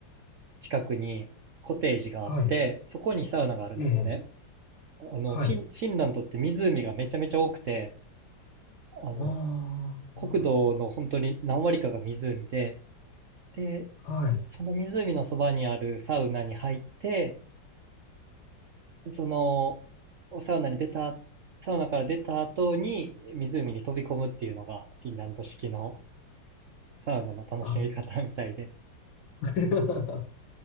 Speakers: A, on the right (about 70°); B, on the left (about 80°).
A: 近くにコテージがあって、
B: はい。
A: そこにサウナがあるんですね。
B: ええ
A: あの、
B: はい。
A: フィン、フィンランドって湖がめちゃめちゃ多くて、あの、
B: あ
A: 国土の本当に何割かが湖で、で、
B: あ、はい。
A: その湖のそばにあるサウナに入って、そのサウナに出た、サウナから出た後に湖に飛び込むっていうのがフィンランド式のサウナの楽しみ方みたいで、
B: あ、<laughs>